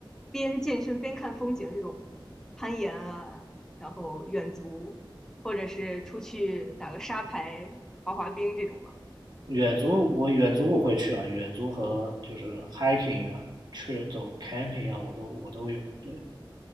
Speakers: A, in the centre; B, on the right.
A: 边健身边看风景这种攀岩啊，然后远足，或者是出去打个沙排、滑滑冰这种吧。
B: 远足我远足我会去啊，远足和就是 hiking 啊，去走 camping 啊，我都我都有。对